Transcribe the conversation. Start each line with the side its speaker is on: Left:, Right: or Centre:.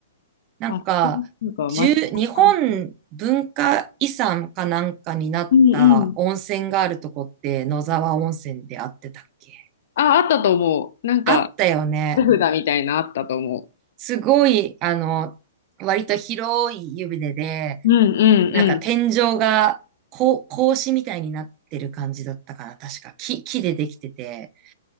Right: なんか、
Left: あ、なんか街の感じ。
Right: 十日本文化遺産かなんかになった温泉があるとこって野沢温泉であってたっけ
Left: うんうん。あ、あったと思う。なんか、
Right: あったよね。
Left: 手札みたいなあったと思
Right: すごい、あの、割と広い湯船で、
Left: ううんうん
Right: なんか天井がこう格子みたいになってる感じだったかな。確か木、木でできてて。